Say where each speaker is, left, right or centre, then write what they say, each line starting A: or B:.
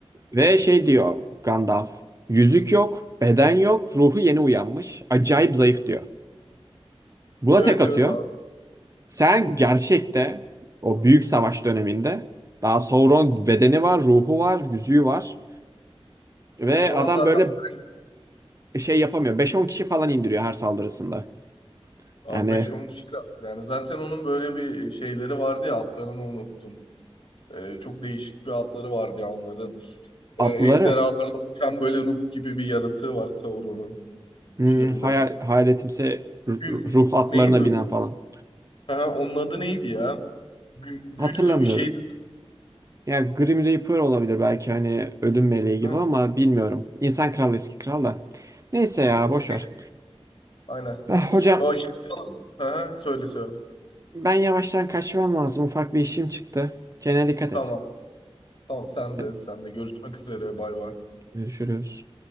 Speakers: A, on the right; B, on the left.
A: Ve şey diyor Gandalf. Yüzük yok, beden yok, ruhu yeni uyanmış. Acayip zayıf diyor. Buna
B: Evet
A: tek atıyor.
B: evet abi.
A: Sen gerçekte o büyük savaş döneminde daha Sauron bedeni var, ruhu var, yüzüğü var. Ve
B: O zaman
A: adam
B: zaten
A: böyle
B: bayağı-
A: şey yapamıyor. Beş on kişi falan indiriyor her saldırısında.
B: abi
A: Yani
B: 5-10 kişi kaldı. Yani zaten onun böyle bir e, şeyleri vardı ya adlarını unuttum. Ee, çok değişik bir adları vardı ya onların. Ee,
A: atlıları
B: ejderhalarla uçan böyle ruh gibi bir yaratığı var Sauron'un
A: hmm,
B: filmde.
A: hayal, hayaletimse ru-
B: Gü-
A: ruh atlarına
B: neydi?
A: binen falan.
B: Ha, onun adı neydi ya? Gü- güllü
A: Hatırlamıyorum.
B: bir şeydi.
A: Yani Grim Reaper olabilir belki hani ölüm meleği gibi
B: Ha,
A: ama bilmiyorum. İnsan kralı eski kral da. Neyse ya
B: ha,
A: boş
B: ne?
A: ver.
B: Aynen.
A: Ah, hocam
B: O şey, yapalım. ha, söyle söyle.
A: ben yavaştan kaçmam lazım. Ufak bir işim çıktı. Kendine dikkat
B: Tamam.
A: et.
B: Tamam sen
A: Hadi,
B: de sen de görüşmek üzere bay bay.
A: görüşürüz.